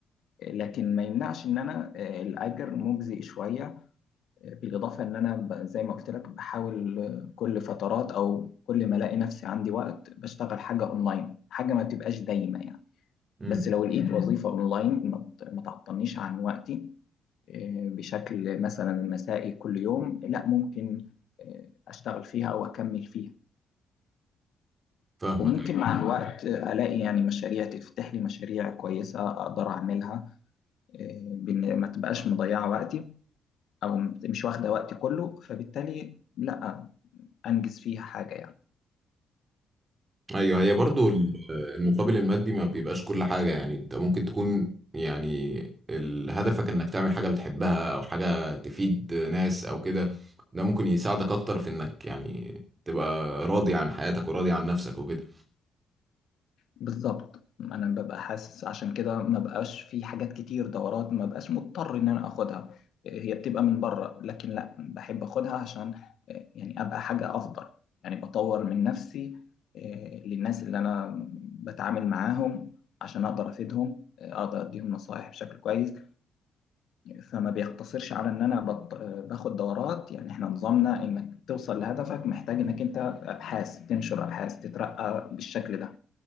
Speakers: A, on the left; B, on the right.
A: لكن ما يمنعش ان انا آه، الاجر مجزي شويه آه، بالاضافه ان انا ب- زي ما قلت لك بحاول آه، كل فترات او كل ما الاقي نفسي عندي وقت بشتغل حاجه اونلاين حاجه ما بتبقاش دايمه يعني
B: امم
A: بس لو لقيت مم. وظيفه اونلاين ما ت- ما تعطلنيش عن وقتي آه، بشكل مثلا مسائي كل يوم لا ممكن آه، اشتغل فيها او اكمل فيها
B: فاهمك
A: وممكن مع الوقت آه، الاقي يعني مشاريع تفتح لي مشاريع كويسه اقدر اعملها آه، بإن ما تبقاش مضيعه وقتي او مش واخده وقتي كله فبالتالي لا انجز فيها حاجه يعني
B: ايوه هي برضو ال- المقابل المادي ما بيبقاش كل حاجة يعني انت ممكن تكون يعني ال- هدفك انك تعمل حاجة بتحبها او حاجة تفيد ناس او كده ده ممكن يساعدك اكتر في انك يعني تبقى راضي عن حياتك وراضي عن نفسك وكده
A: بالظبط انا ببقى حاسس عشان كده ما بقاش في حاجات كتير دورات ما بقاش مضطر ان انا اخدها هي بتبقى من بره لكن لا بحب اخدها عشان يعني ابقى حاجه افضل يعني بطور من نفسي آه، للناس اللي انا بتعامل معاهم عشان اقدر افيدهم آه، اقدر اديهم نصائح بشكل كويس يعني فما بيقتصرش على ان انا بط... باخد دورات يعني احنا نظامنا انك توصل لهدفك محتاج انك انت ابحاث تنشر ابحاث تترقى بالشكل ده